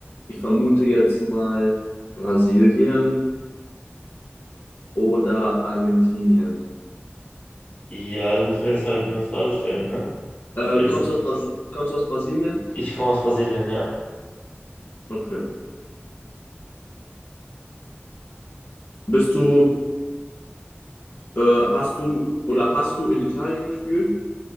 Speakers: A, on the left; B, on the left.
A: ich vermute jetzt mal Brasilien oder Argentinien.
B: Ja, du musst mir jetzt halt eine Frage stellen, ne?
A: Äh,
B: Ich werde
A: kommst
B: diese.
A: aus Bras kommst aus Brasilien?
B: Ich komme aus Brasilien, ja.
A: Okay. Bist du, äh, hast du oder hast du in Italien gespielt?